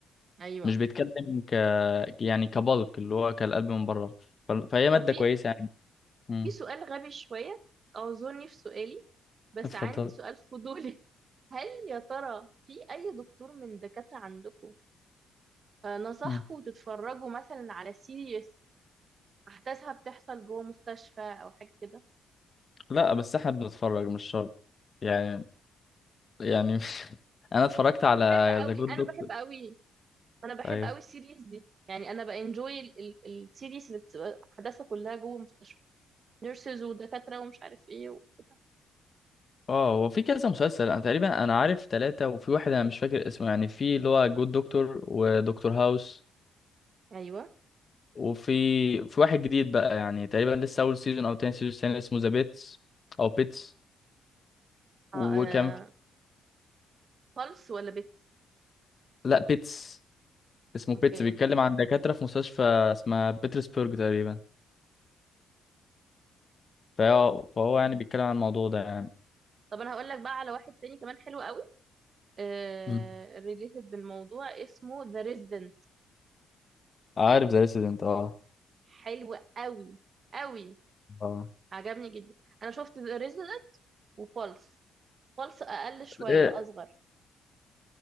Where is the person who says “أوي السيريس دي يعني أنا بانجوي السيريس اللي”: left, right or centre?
Right